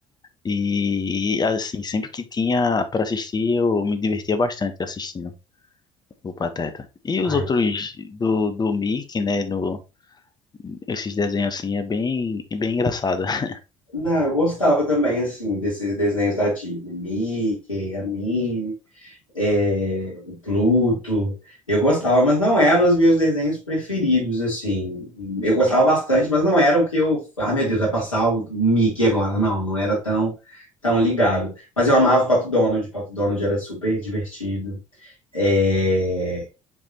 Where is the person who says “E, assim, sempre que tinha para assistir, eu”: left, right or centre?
Left